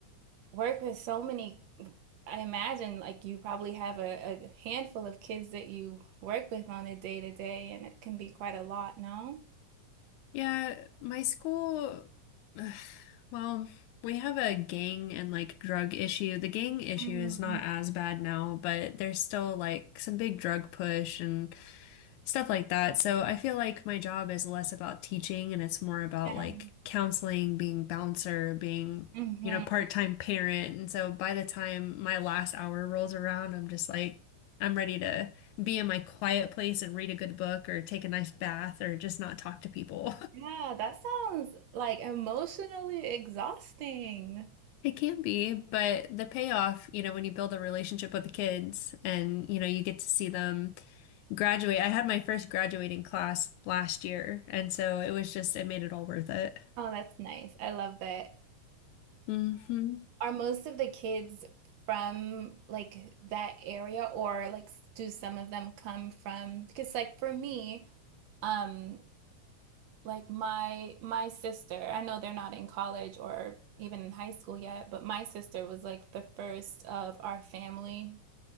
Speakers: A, on the right; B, on the left.
A: work with so many, I imagine like you probably have a, a handful of kids that you work with on a day to day, and it can be quite a lot, no?
B: Yeah, my school, <sighs> ugh, well, we have a gang and like drug issue. The gang issue
A: Mm,
B: is not as bad now, but there's still like some big drug push and stuff like that. So I feel like my job is less about teaching and it's more about
A: yeah.
B: like counseling, being bouncer, being,
A: hmm
B: you know, part-time parent. And so by the time my last hour rolls around, I'm just like, I'm ready to be in my quiet place and read a good book or take a nice bath or just not talk to people. <laughs>
A: Yeah, that sounds like emotionally exhausting.
B: It can be, but the payoff, you know, when you build a relationship with the kids and, you know, you get to see them graduate. I had my first graduating class last year, and so it was just, it made it all worth it.
A: Oh, that's nice. I love that.
B: hmm
A: Are most of the kids from like that area or like s- do some of them come from because like for me, um Like my my sister, I know they're not in college or even in high school yet, but my sister was like the first of our family